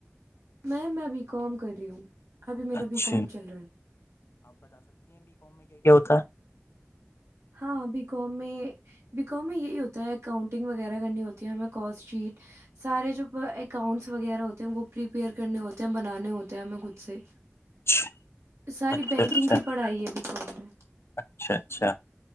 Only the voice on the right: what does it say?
میم میں بیکم کر رہی ہوں ابھی میرا
بی کام چل رہا ہے
ہاں بی کام میں بییکم میں یہی ہوتا ہے اکاؤنٹنگ وغیرہ کرنی ہوتی ہے ہمیں کوسٹ شیٹ سارے جو اکاؤنٹس وغیرہ ہوتے ہیں وہ پریپیئر کرنے ہوتے ہیں بنانے ہوتے ہیں ہمیں خود سے
ساری
بینکنگ
کی پڑھائی ہے بییکم میں